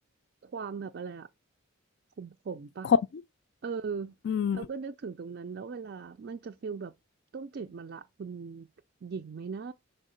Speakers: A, on the right; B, on the left.
A: ความแบบอะไรอะขมขมปะ
B: ขม
A: เออ
B: อืม
A: เราก็นึกถึงตรงนั้นแล้วเวลามันจะฟิลแบบต้มจืดมะละคุณหญิงไหมนะ